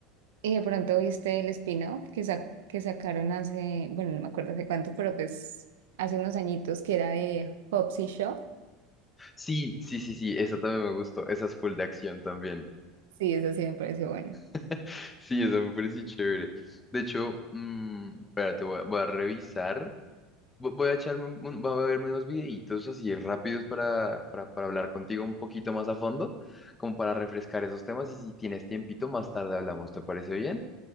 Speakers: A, on the right; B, on the left.
A: Y de pronto viste el spin-off que, sa- que sacaron hace, bueno, no me acuerdo hace cuánto, pero pues hace unos añitos que era de Hobbs y Shaw.
B: Sí, sí, sí, sí, esa también me gustó, esa es full de acción también.
A: Sí, eso sí me pareció bueno.
B: <laughs> Sí, eso me parece chévere. De hecho, mm, espérate, voy a, voy a revisar. Vo- Voy a echarme, un- un- voy a verme unos videitos así rápidos para, para, para hablar contigo un poquito más a fondo, como para refrescar esos temas. Y si tienes tiempito, más tarde hablamos. ¿Te parece bien?